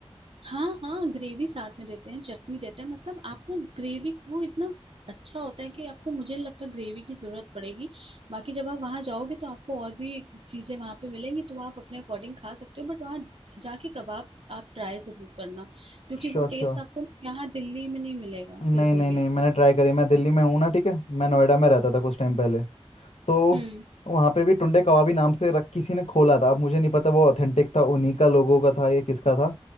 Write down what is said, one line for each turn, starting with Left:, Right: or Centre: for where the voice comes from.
Right: हाँ हाँ ग्रेवी साथ में देते हैं चटनी देते हैं मतलब आपको ग्रेवी वो इतना अच्छा होता है कि आपको मुझे नहीं लगता ग्रेवी की जरूरत पड़ेगी बाकी जब आप वहां जाओगे तो आपको और भी चीजें वहां पे मिलेंगी तो आप अपने अकॉर्डिंग खा सकते हो बट वहाँ जाके कबाब आप ट्राई जरूर करना क्योंकि
Left: Sure
Right: वो टेस्ट
Left: sure
Right: आपको यहाँ दिल्ली में नहीं मिलेगा
Left: नहीं
Right: बिल्कुल
Left: नहीं
Right: भी
Left: नहीं मैंने ट्राई करी मैं दिल्ली में हूँ ना ठीक है मैं नोएडा में रहता था कुछ टाइम पहले तो
Right: हम्म
Left: वहाँ पे भी टुंडे कबाबी नाम से रख किसी ने खोला था अब मुझे नहीं पता वो ऑथेंटिक था उन्हीं का लोगों का था या किसका था